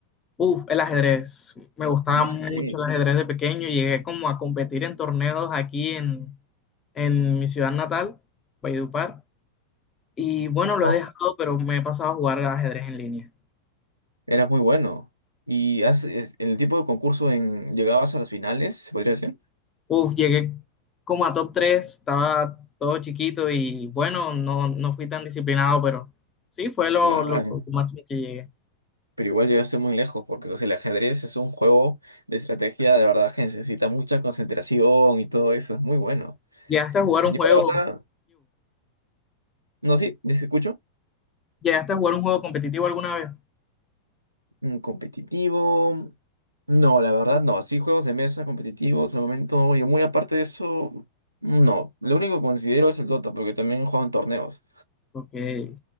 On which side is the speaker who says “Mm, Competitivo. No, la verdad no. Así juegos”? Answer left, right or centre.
Right